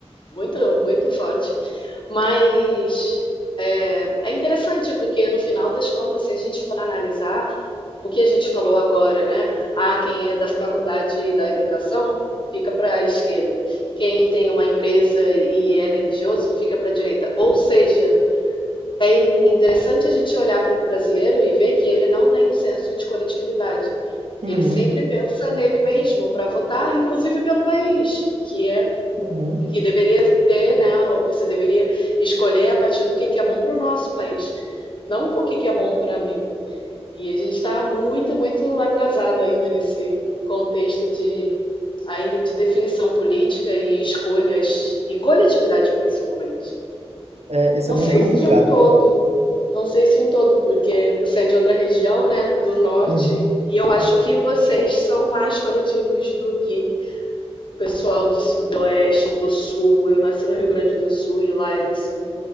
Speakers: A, on the left; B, on the right.
A: Muito, muito forte. Mas é, é interessante, porque no final das contas, se a gente for analisar o que a gente falou agora, né? Ah, quem é da faculdade da educação fica para a esquerda. Quem tem uma empresa e é religioso fica para a direita. Ou seja, in- interessante a gente olhar para o brasileiro e ver que ele não tem o senso de coletividade.
B: Uhum,
A: Ele sempre pensa nele mesmo para votar, inclusive pelo país, que é
B: uhum.
A: que deveria ter, né? Você deveria escolher a partir do que, que é bom para o nosso país, não o que, que é bom para mim. E a gente está muito, muito atrasado ainda nesse contexto de ainda de definição política e escolhas e coletividade principalmente.
B: É, isso
A: Não
B: é muito
A: sei
B: complicado.
A: se de um todo, não sei se um todo, porque você é de outra região, né, do norte,
B: Uhum,
A: e eu acho que vocês são mais coletivos do que o pessoal do Sudoeste, do Sul. Eu nasci no Rio Grande do Sul e lá eles são.